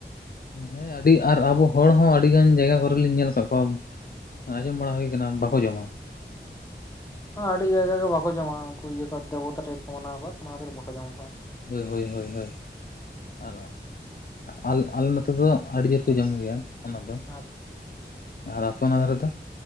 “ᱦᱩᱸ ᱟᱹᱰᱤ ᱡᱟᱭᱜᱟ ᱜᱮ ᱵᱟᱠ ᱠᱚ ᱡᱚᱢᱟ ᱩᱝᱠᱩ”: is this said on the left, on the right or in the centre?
Left